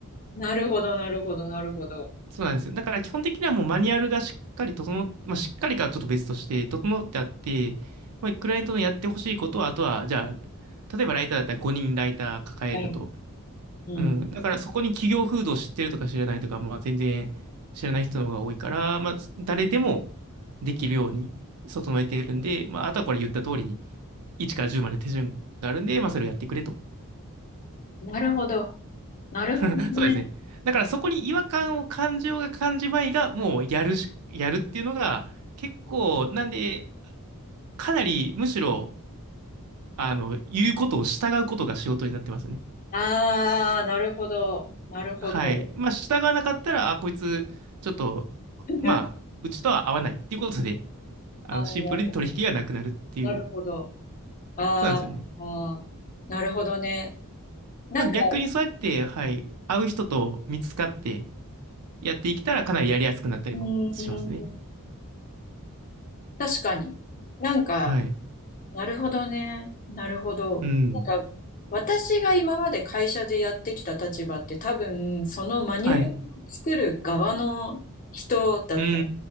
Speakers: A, on the left; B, on the right.
A: なるほど、なるほど、なるほど。
B: そうなんですよ。だから基本的にはもうマニュアルがしっかり整っ、まあ、しっかりかはちょっと別として整ってあって、まあ、クライアントのやってほしいことは、あとは、じゃあ、例えばライターだったら5人ライター抱えると。
A: はい。うん
B: うん。だからそこに企業風土を知ってるとか知らないとか、まあ、全然知らない人の方が多いから、まあ、誰でもできるように整えているんで、まあ、あとはこれ言った通りに、1から10まで手順があるんで、まあ、それをやってくれと。
A: うん。なるほど。なるほどね。
B: <laughs> そうですね。だからそこに違和感を感じようが感じまいが、もうやるし、やるっていうのが、結構、なんで、かなりむしろ、あの、言うことを従うことが仕事になってますね。
A: ああ、なるほど、なるほど。
B: はい。まあ、従わなかったら、あ、こいつ、ちょっと、
A: <laughs>
B: まあ、うちとは合わないっていうことで、あの、
A: あー
B: シンプルに取引がなくなるっていう、
A: なるほど。あーあー、
B: そうなんですよね。
A: なるほどね。なんか、
B: まあ、逆にそうやって、はい、会う人と見つかってやっていけたら、かなりやりやすくなったりもしますね。
A: うーん、確かに。なんか、
B: はい。
A: なるほどね。なるほど。
B: うん。
A: なんか、私が今まで会社でやってきた立場って多分、そのマニュアルを作る側の人だった。
B: はい。うー